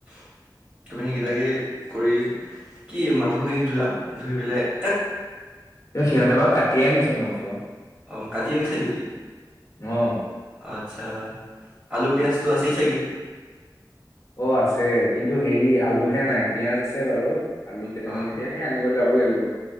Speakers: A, on the right; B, on the left.
A: <inaudible> তুমি সেইগিটাকে কৰি, কি মাংসখিনি ধূলা, ধুই পেলাই-
B: এই সিহঁতে বাৰু কাটিয়ে আনিছে মাংস।
A: অম' কাটি আনিছে নেকি?
B: অঁ'।
A: অঁ আৎচ্ছা, আলু, পিয়াঁজটো আছেই চাগে।
B: অ' আছে, কিন্তু হেৰি আলুহে নাই পিয়াঁজ আছে বাৰু। আলু কেইটামান
A: অ',
B: এতিয়া সে আনিবলে যাব লাগিব।